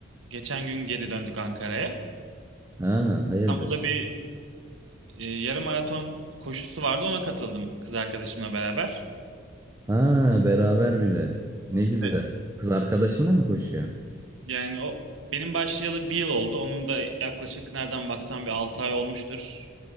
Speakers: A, on the right; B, on the right.
A: Geçen gün geri döndük Ankara'ya.
B: Ha, hayırdır?
A: İstanbul'da bir e, yarım maraton koşusu vardı. Ona katıldım kız arkadaşımla beraber.
B: Ha, beraber bir de. Ne güzel.
A: Evet.
B: Kız arkadaşınla mı koşuyor?
A: Yani o benim başlayalı bir yıl oldu. Onun da yaklaşık nereden baksan bir 6 ay olmuştur.